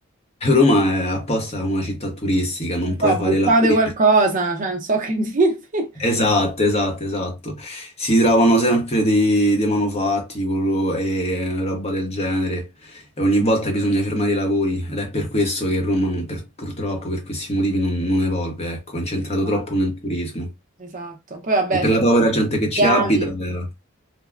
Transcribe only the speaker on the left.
Roma è apposta una città turistica, non
puoi
fare lavori
per...
Esatto, esatto, esatto. Si trovano sempre dei, dei manufatti quello- e roba del genere. E ogni volta bisogna fermare i lavori ed è per questo che Roma, non- per- purtroppo, per questi motivi non, non evolve, ecco, è incentrato
troppo nel turismo.
E per
la
povera gente che ci
abita, eh,